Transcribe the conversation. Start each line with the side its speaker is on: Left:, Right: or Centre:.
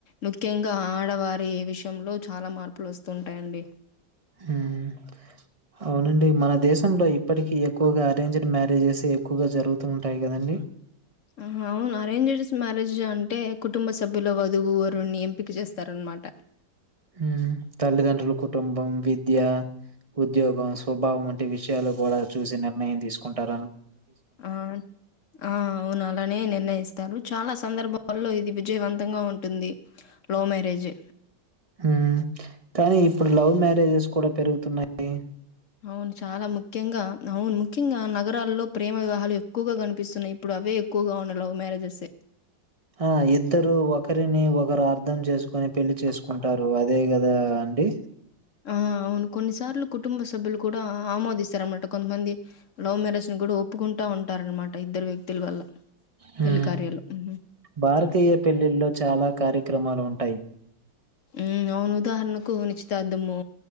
Left: ముఖ్యంగా ఆడవారి విషయంలో చాలా మార్పులు వస్తూ ఉంటాయండి
Right: మ్ అవునండి మన దేశంలో ఇప్పటికీ ఎక్కువగా అరేంజ్డ్ మ్యారేజెస్ ఎక్కువగా జరుగుతూ ఉంటాయి కదండి
Left: ఆహా! అవును. అరేంజ్డ్స్ మ్యారేజ్ అంటే కుటుంబ సభ్యుల వధువు వరుడ్ని ఎంపిక చేస్తారనమాట
Right: హ్మ్ తల్లిదండ్రులు కు కుటుంబం విద్యా ఉద్యోగం స్వభావం అంట ఇంటి విషయాలు కూడా చూసి నిర్ణయం తీసుకుంటారన్
Left: ఆన్ ఆ అవును అలానే నిర్ణయిస్తారు చాలా సందర్భాల్లో ఇది విజయవంతంగా ఉంటుంది లవ్ మ్యారేజ్.
Right: హ కానీ ఇప్పుడు లవ్ మ్యారేజెస్ కూడా పెరుగుతున్నాయి
Left: అవును చాలా ముఖ్యంగా అవును ముఖ్యంగా నగరాల్లో ప్రేమ వివాహాలు ఎక్కువగా కనిపిస్తున్నాయి ఇప్పుడు అవే ఎక్కువగా వున్న లవ్ మ్యారేజెసే
Right: ఆ ఇద్దరు ఒకరిని ఒ ఒకరు అర్ధం చేసుకుని పెళ్లి చేసుకుంటారు అదే గదా అండి
Left: ఆ అవును కొన్నిసార్లు కుటుంబ సభ్యులు కూడా ఆమోదిస్తారనమాట కొంతమంది లవ్ మ్యారేజ్ ని కూడా ఒప్పుకుంటా ఉంటారనమాట ఇద్దరు వ్యక్తుల వల్ల
Right: హు
Left: పెళ్లి కార్యాలు. హ్మ్.
Right: భారతీయ పెళ్ళిల్లో చాలా కార్య క్రమాలు ఉంటాయి
Left: ఉ అవును ఉదాహరణకు నిచితార్థము